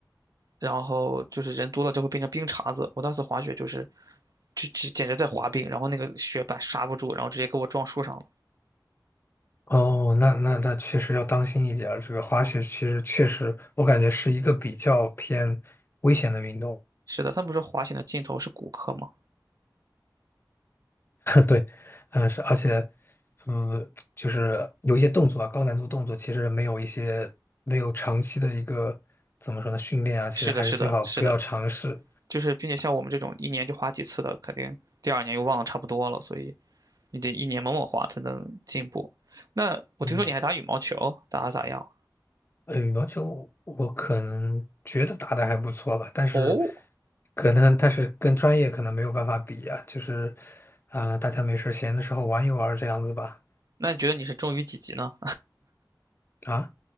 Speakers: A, on the right (about 55°); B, on the left (about 30°).
A: 然后就是人多了就会变成冰碴子。我当时滑雪就是，就只简直在滑冰，然后那个雪板刹不住，然后直接给我撞树上了。
B: 哦，那那那确实要当心一点儿。这个滑雪其实确实，我感觉是一个比较偏危险的运动。
A: 是的，他们不是说滑雪的尽头是骨科吗？
B: 对，嗯，是，而且，嗯，就是有一些动作啊，高难度动作，其实没有一些没有长期的一个怎么说呢训练啊，其实还是最好不要尝试。
A: 是的，是的，是的，就是并且像我们这种一年就花几次的，肯定第二年又忘了差不多了，所以你得一年猛猛花才能进步。那我听说你还打羽毛球，
B: 嗯，
A: 打得咋样？
B: 呃，羽毛球我可能觉得打的还不错吧，但是
A: 哦，
B: 可能但是跟专业可能没有办法比啊，就是啊、大家没事儿闲的时候玩一玩儿这样子吧。
A: 那你觉得你是中于几级呢？
B: 啊，